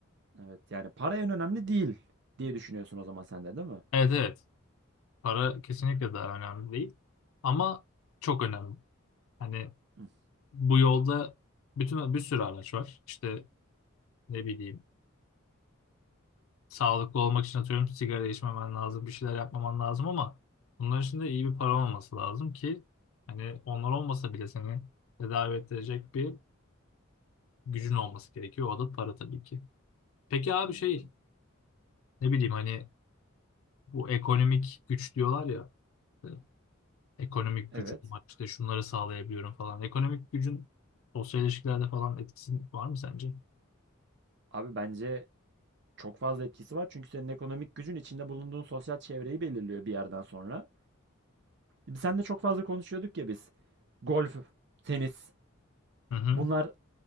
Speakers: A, on the right; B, on the left.
A: Evet yani para en önemli değil diye düşünüyorsun o zaman sen de değil mi?
B: Evet evet. Para kesinlikle daha önemli değil. Ama çok önemli. Hani
A: Hı,
B: bu yolda bütün bir sürü araç var. İşte ne bileyim sağlıklı olmak için atıyorum sigara içmemen lazım, bir şeyler yapmaman lazım ama bunların için de iyi bir para olması lazım ki hani onlar olmasa bile seni tedavi ettirecek bir gücün olması gerekiyor. O da para tabii ki. Peki abi
A: anladım.
B: şey ne bileyim hani bu ekonomik güç diyorlar ya. işte Ekonomik
A: Evet.
B: gücüm var işte şunları sağlayabiliyorum falan. Ekonomik gücün sosyal ilişkilerde falan etkisi var mı sence?
A: Abi bence Çok fazla etkisi var çünkü senin ekonomik gücün içinde bulunduğun sosyal çevreyi belirliyor bir yerden sonra. Biz seninle çok fazla konuşuyorduk ya biz. Golf, tenis
B: Hı hı.
A: bunlar